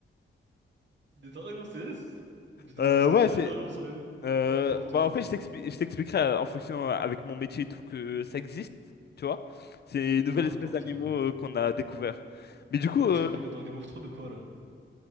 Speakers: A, on the right; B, on the left.
A: Des dragons célestes? Mais ça
B: Euh,
A: n'existe
B: ouais,
A: pas,
B: c'est.
A: les dragons, sérieux.
B: Euh,
A: N'importe
B: bah
A: quoi.
B: en fait, je t'expli- je t'expliquerai euh, en fonction euh, avec mon métier et tout que ça existe, tu vois. C'est une nouvelle
A: N'importe
B: espèce d'animaux
A: quoi.
B: euh, qu'on a découvert. Mais du coup,
A: Ouais,
B: euh,
A: tu crois les gars dans Game of Thrones ou quoi, là?